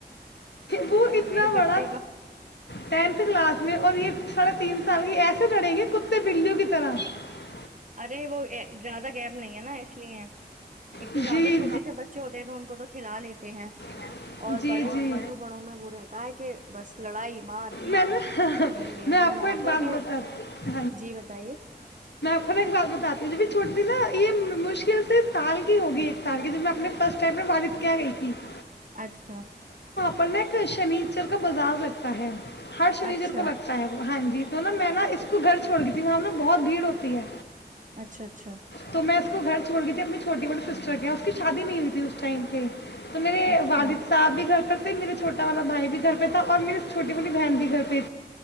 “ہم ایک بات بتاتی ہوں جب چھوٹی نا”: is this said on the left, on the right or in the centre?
Left